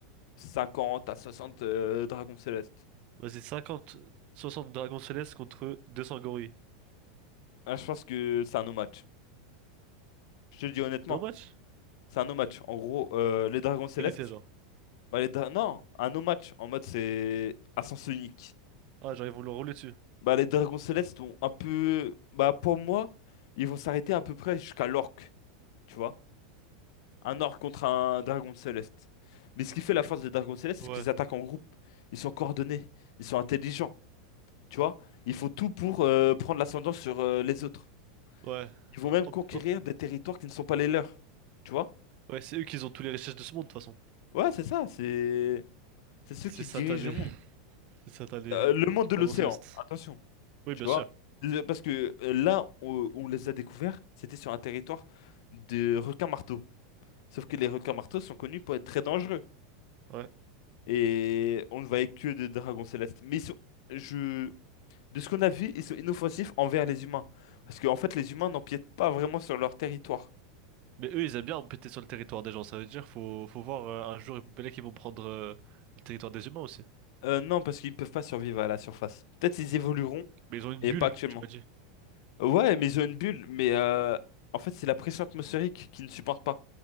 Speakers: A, on the left; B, on the right.
A: 50 à 60 euh, dragons célestes.
B: vas-y, 50, 60 dragons célestes contre 200 gorilles.
A: Ah, je pense que c'est un no match. Je te le dis honnêtement,
B: No match?
A: c'est un no match. En gros, euh, les dragons célestes.
B: Égalité, genre.
A: bah, les dra- Non, un no match en mode c'est à sens unique.
B: Ah, genre, ils vont le rouler dessus.
A: Bah, les dragons célestes ont un peu. Bah, pour moi, ils vont s'arrêter à peu près jusqu'à l'orque, tu vois. Un orque contre un dragon céleste. Mais ce qui fait la force des dragons célestes,
B: Ouais,
A: c'est qu'ils attaquent en groupe. Ils sont coordonnés. Ils sont intelligents, tu vois. Ils font tout pour euh, prendre l'ascendant sur euh, les autres.
B: ouais.
A: Ils vont
B: Oh,
A: même
B: oh,
A: conquérir
B: oh.
A: des territoires qui ne sont pas les leurs, tu vois.
B: Ouais, c'est eux qui ont tous les richesses de ce monde, de toute façon.
A: Ouais, c'est ça. C'est c'est ceux
B: C'est
A: qui
B: satané.
A: dirigent le
B: <laughs>
A: monde.
B: C'est satané.
A: Euh,
B: euh,
A: le monde de
B: Dragon
A: l'océan.
B: céleste.
A: Attention.
B: Oui,
A: Tu
B: bien
A: vois?
B: sûr.
A: Le- Parce que euh, là où où on les a découverts, c'était sur un territoire de requins-marteaux. Sauf que les requins-marteaux sont connus pour être très dangereux.
B: Ouais.
A: Et on ne voyait que des dragons célestes. Mais ils sont- je, de ce qu'on a vu, ils sont inoffensifs envers les humains. Parce qu'en fait, les humains n'empiètent pas vraiment sur leur territoire.
B: Mais eux, ils aiment bien péter sur le territoire des gens. Ça veut dire faut faut voir euh, un jour peut-être qu'ils vont prendre euh, le territoire des humains aussi.
A: Euh, non, parce qu'ils ne peuvent pas survivre à la surface. Peut-être ils évolueront,
B: Mais ils ont une
A: mais
B: bulle,
A: pas actuellement.
B: tu m'as dit.
A: Ouais, mais ils ont une bulle. Mais euh, en fait, c'est la pression atmosphérique qui ne supporte pas.